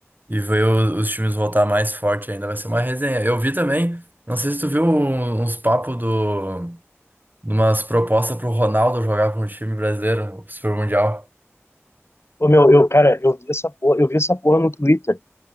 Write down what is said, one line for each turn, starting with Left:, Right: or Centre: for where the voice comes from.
Right: e ver o- os times voltar mais forte ainda vai ser uma resenha. Eu vi também, não sei se tu viu um- uns papos do, de umas propostas pro Ronaldo jogar pra um time brasileiro, o Super Mundial.
Left: Ô, meu, eu, cara, eu vi essa porra, eu vi essa porra no Twitter,